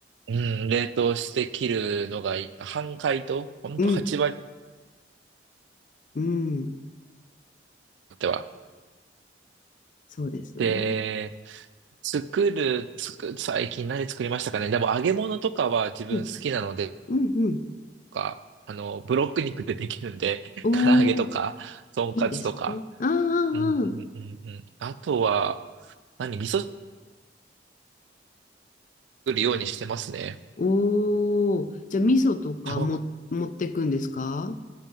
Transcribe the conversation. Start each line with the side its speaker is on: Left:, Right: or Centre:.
Right: うん、冷凍して切るのがいい、半解凍、ほんと8割
Left: うん、うん。
Right: っては。
Left: そうですよね。
Right: で作る、つく、最近何作りましたかね。でも揚げ物とかは自分好きなので、
Left: うん、
Right: と
Left: うん、うん。
Right: か、あの、ブロック肉でできるんで、<laughs>
Left: おー、
Right: 唐揚げとか、とんかつとか。
Left: いいですね。ああ、
Right: うんうんうんうん。
Left: ああ、
Right: あとは、何、味噌作るようにしてますね。
Left: おー、じゃあ味噌とかも持ってくんですか
Right: 卵。